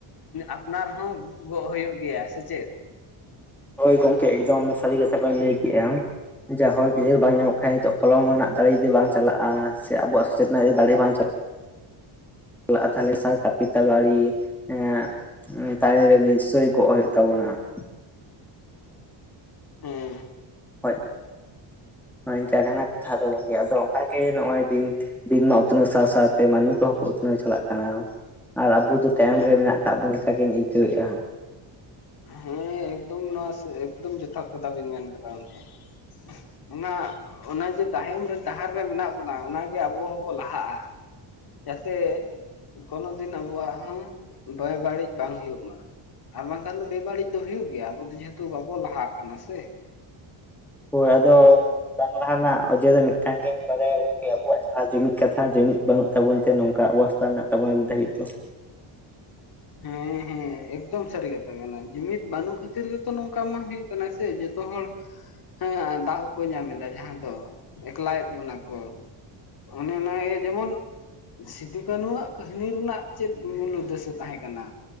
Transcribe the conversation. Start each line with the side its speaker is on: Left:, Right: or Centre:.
Left: ᱟᱯᱱᱟᱨ ᱦᱚᱸ ᱜᱚᱜ ᱦᱩᱭᱩᱜ ᱜᱮᱭᱟ ᱥᱮ ᱪᱮᱫ?
Centre: ᱦᱚᱭ ᱜᱚᱢᱠᱮ ᱮᱠᱫᱚᱢ ᱥᱟᱹᱨᱤ ᱠᱟᱛᱷᱟ ᱵᱮᱱ ᱞᱟᱹᱭ ᱠᱮᱜᱼᱟ ᱾ ᱡᱮ ᱦᱚᱲ <unintelligible> ᱵᱟᱝ ᱧᱟᱢᱚᱜ ᱠᱷᱟᱱ ᱱᱤᱛᱚᱜ ᱠᱚᱞᱚᱢ ᱨᱮᱱᱟᱜ ᱫᱟᱲᱮ ᱡᱩᱫᱤ ᱵᱟᱝ ᱪᱟᱞᱟᱜᱼᱟ, ᱥᱮ ᱟᱵᱚᱣᱟᱜ ᱥᱮᱪᱮᱫ ᱨᱮᱱᱟᱜ ᱫᱟᱲᱮ ᱵᱟᱝ ᱪᱟᱼᱼ ᱪᱟᱞᱟᱜᱼᱟ ᱛᱟᱦᱚᱞᱮ ᱥᱟᱨ ᱠᱟᱹᱯᱤ ᱛᱟᱨᱣᱟᱲᱤ <unintelligible> ᱛᱟᱨᱮᱱ ᱨᱮ ᱱᱤᱥᱪᱚᱭ ᱜᱚᱜ ᱦᱩᱭᱩᱜ ᱛᱟᱵᱚᱱᱟ ᱾
Left: ᱦᱮᱸ
Centre: ᱦᱚᱭ, ᱦᱚᱭ ᱤᱱᱠᱟᱹ ᱠᱟᱱᱟ ᱠᱟᱛᱷᱟ ᱫᱚ ᱜᱚᱝᱠᱮ ᱟᱫᱚᱼᱼ ᱚᱱᱠᱟᱜᱮ ᱱᱚᱜᱼᱚᱭ ᱫᱤᱱ, ᱫᱤᱱ ᱢᱟ ᱩᱛᱱᱟᱹᱣ ᱥᱟᱶ ᱥᱟᱶᱛᱮ ᱢᱟᱹᱱᱢᱤ ᱠᱚᱦᱚᱸ ᱠᱚ ᱩᱛᱱᱟᱹᱣ ᱪᱟᱞᱟᱜ ᱠᱟᱱᱟ ᱾ ᱟᱨ ᱟᱵᱚ ᱫᱚ ᱛᱟᱭᱚᱢ
Left: ᱦᱮᱸ
Centre: ᱨᱮ ᱢᱮᱱᱟᱜ ᱟᱠᱟᱫ ᱵᱚᱱ ᱞᱮᱠᱟ ᱜᱤᱧ ᱟᱹᱭᱠᱟᱹᱣᱮᱫᱼᱟ ᱾
Left: ᱦᱮᱸ ᱮᱠᱫᱚᱢ ᱱᱚᱣᱟ ᱮᱠᱫᱚᱢ ᱡᱚᱛᱷᱟᱛ ᱠᱟᱛᱷᱟ ᱵᱤᱱ ᱢᱮᱱ ᱠᱟᱫᱟ ᱜᱚᱢᱠᱮ ᱾ ᱚᱱᱟ ᱚᱱᱮ ᱡᱮ ᱛᱟᱭᱚᱢ ᱨᱮ ᱰᱟᱦᱟᱨ ᱨᱮ ᱢᱮᱱᱟᱜ ᱵᱚᱱᱟ ᱚᱱᱟᱜᱮ ᱟᱵᱚ ᱦᱚᱸᱵᱚ ᱞᱟᱦᱟᱜᱼᱟ ᱾ ᱡᱟᱛᱮ ᱠᱳᱱᱳ ᱫᱤᱱ ᱟᱵᱚᱣᱟᱜ ᱦᱚᱸ ᱵᱮᱵᱟᱹᱲᱤᱡ ᱵᱟᱝ ᱦᱩᱭᱩᱜ ᱢᱟ ᱾ ᱟᱨ ᱵᱟᱝᱠᱷᱟᱱ ᱫᱚ ᱵᱮᱵᱟᱹᱲᱤᱡ ᱫᱚ ᱦᱩᱭᱩᱜ ᱜᱮᱭᱟ ᱟᱵᱚ ᱫᱚ ᱡᱮᱦᱮᱛᱩ ᱵᱟᱵᱚ ᱞᱟᱦᱟᱜ ᱠᱟᱱᱟ ᱥᱮ,
Centre: ᱦᱚᱭ ᱟᱫᱚᱼᱼ ᱵᱟᱝ ᱞᱟᱦᱟ ᱨᱮᱱᱟᱜ ᱚᱡᱮ ᱫᱚ ᱢᱤᱫᱴᱟᱝ ᱜᱤᱧ ᱵᱟᱲᱟᱭᱟ ᱜᱚᱝᱠᱮ ᱟᱵᱚᱣᱟᱜ ᱡᱟᱦᱟᱸ ᱡᱩᱢᱤᱫ ᱠᱟᱛᱷᱟ ᱡᱩᱢᱤᱫ ᱵᱟᱹᱱᱩᱜ ᱾ ᱛᱟᱵᱚᱱ ᱛᱮ ᱱᱚᱝᱠᱟ ᱚᱵᱚᱥᱛᱟ ᱢᱮᱱᱟᱜ ᱛᱟᱵᱚᱱᱟ ᱱᱤᱛ ᱫᱷᱟᱹᱵᱤᱡ ᱛᱮ,
Left: ᱦᱮᱸ ᱦᱮᱸ ᱮᱠᱫᱚᱢ ᱥᱟᱹᱨᱤ ᱠᱟᱛᱷᱟ ᱠᱟᱱᱟ ᱡᱩᱢᱤᱫ ᱵᱟᱹᱱᱩᱜ ᱠᱷᱟᱹᱛᱤᱨ ᱜᱮᱛᱚ ᱱᱚᱝᱠᱟ ᱢᱟ ᱦᱩᱭᱩᱜ ᱾ ᱠᱟᱱᱟ ᱥᱮ ᱡᱚᱛᱚ ᱦᱚᱲᱼᱼ ᱦᱮᱸ ᱦᱮᱸ ᱫᱟᱜ ᱦᱚᱸᱠᱚ ᱧᱟᱢ ᱮᱫᱟ ᱡᱟᱦᱟᱸ ᱫᱚ ᱮᱠᱞᱟᱭᱮᱫ ᱵᱚᱱᱟ ᱠᱚ, ᱚᱱᱮ ᱚᱱᱟ ᱜᱮ ᱡᱮᱢᱚᱱ ᱥᱤᱫᱩ ᱠᱟᱹᱱᱩᱣᱟᱜ ᱠᱟᱹᱦᱱᱤ ᱨᱮᱱᱟᱜ ᱪᱮᱫ ᱢᱩᱞ ᱩᱫᱮᱥᱚ ᱛᱟᱦᱮᱸ, ᱠᱟᱱᱟ